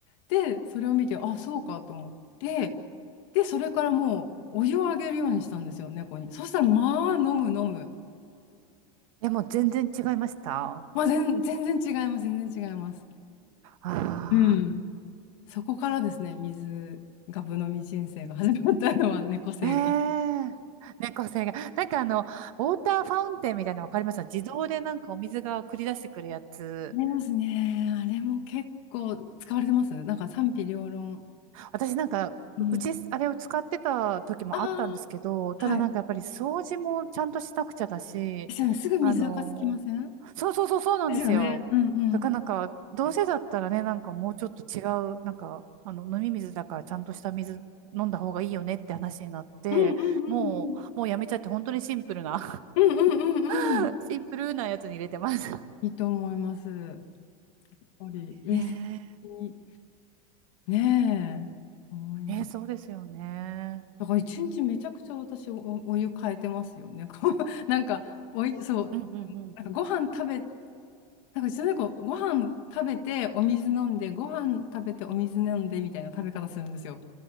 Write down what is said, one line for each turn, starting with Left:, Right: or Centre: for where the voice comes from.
Left: で、それを見て、あ、そうかと思って、で、それからもうお湯をあげるようにしたんですよ、猫に。そしたら、まあ、飲む飲む。
Right: でも全然違いましたあ
Left: まあ、全、全然違います、全然違います。
Right: あ
Left: うん。そこからですね、水がぶ飲み人生が始まったのは猫生が。
Right: ええ猫背が。
Left: あ
Right: なんかあの、ウォーターファウンテンみたいなの分かりました自動でなんかお水が繰り出してくるやつ。
Left: りますね。あれも結構使われてます。なんか賛否両論。
Right: 私なんか、
Left: うん。
Right: ううち、あれを使ってた時もあったんですけど、
Left: ああ、
Right: ただなんかやっぱり掃除もちゃんとしなくちゃだし、
Left: はい。ですよね。すぐ水垢つきません
Right: あの、そうそうそうそうなんですよ。
Left: ですよね。うんうん。
Right: だからなんか、
Left: っ
Right: どうせだったらね、
Left: て
Right: なんかもうちょっと違う、なんか、あの、飲み水だからちゃんとした水飲んだ方がいいよねって話になって、
Left: うんうんうんうん。
Right: もう、もうやめちゃって本当にシンプルな
Left: うんうんうんうん。
Right: <laughs> シンプルなやつに入れてます。
Left: いいと思います。やっぱり衛生的に。
Right: ね
Left: ねえ、思います。
Right: え、ねえ、そうですよね。
Left: だから一日めちゃくちゃ私お、おお湯変えてますよね。こうなんかおい、そう、
Right: うんうんうん。
Left: なんかご飯食べ、なんかうちの猫、ご飯食べてお水飲んで、ご飯食べてお水飲んでみたいな食べ方するんですよ。